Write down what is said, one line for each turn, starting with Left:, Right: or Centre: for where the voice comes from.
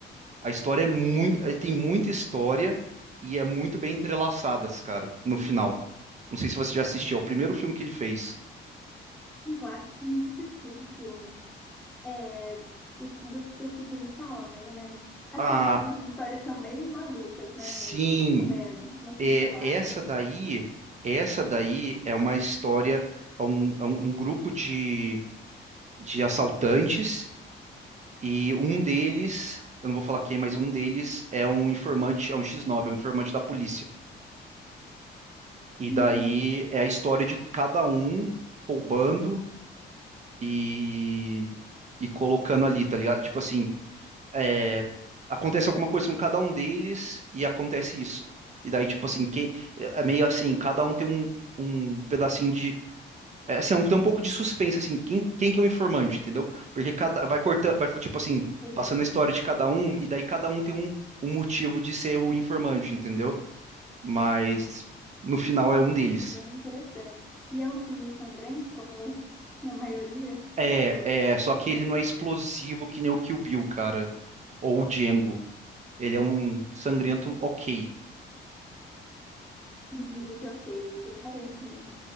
Right: A história é muito, ele tem muita história e é muito bem entrelaçadas, cara, no final. Não sei se você já assistiu, é o primeiro filme que ele fez.
Centre: Eu acho que eu nunca assisti esse filme. É, do, do, do que que ele fala, mais ou menos. Assim,
Right: Ah,
Centre: todas as histórias são meio malucas, né?
Right: sim,
Centre: Mas mais ou menos, uma pincelada.
Right: é, essa daí, essa daí é uma história, é um, é um um grupo de, de assaltantes E um deles, eu não vou falar quem, mas um deles é um informante, é um X9, é um informante da polícia. E
Centre: Hum.
Right: daí é a história de cada um roubando e, e colocando ali, tá ligado? Tipo assim, é, acontece alguma coisa com cada um deles e acontece isso. E daí, tipo assim, quem, é meio assim, cada um tem um, um pedacinho de É, assim, é um, tem um pouco de suspense, assim, quem, quem que é o informante, entendeu? Porque cada, vai cortando, vai, tipo assim,
Centre: Entendi.
Right: passando a história de cada um, e daí cada um tem um, um motivo de ser o informante, entendeu? Mas no final é um deles.
Centre: Isso é bem interessante. E é um filme sangrento, como a maioria
Right: É,
Centre: do, do
Right: é,
Centre: Tarantino,
Right: só que ele não é explosivo que nem o Kill Bill, cara. Ou o Django. Ele é um sangrento ok.
Centre: nível de ok do Tarantino.